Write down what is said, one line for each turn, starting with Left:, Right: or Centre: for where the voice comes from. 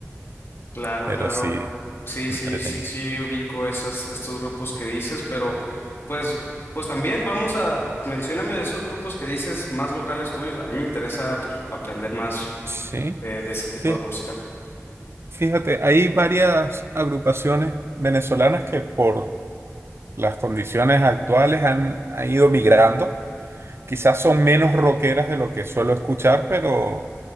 Left: Claro,
Right: Pero
Left: claro.
Right: sí,
Left: Sí,
Right: entretenida.
Left: sí, sí, sí, ubico esas, estos grupos que dices, pero pues, pues también vamos a, mencióname de esos grupos que dices más locales tuyos. A mí me interesa, pues, aprender más
Right: Sí,
Left: de de ese tipo
Right: Fí-
Left: de música.
Right: fíjate, hay varias agrupaciones venezolanas que por las condiciones actuales han, han ido migrando. Quizás son menos rockeras de lo que suelo escuchar, pero